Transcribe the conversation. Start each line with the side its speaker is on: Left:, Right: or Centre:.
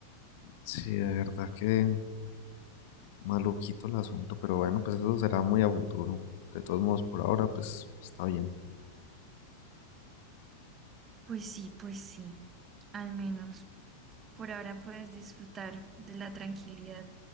Left: Sí, de verdad que maluquito el asunto, pero bueno, pues eso será muy a futuro. De todos modos, por ahora, pues está bien.
Right: Pues sí, pues sí. Al menos por ahora puedes disfrutar de la tranquilidad,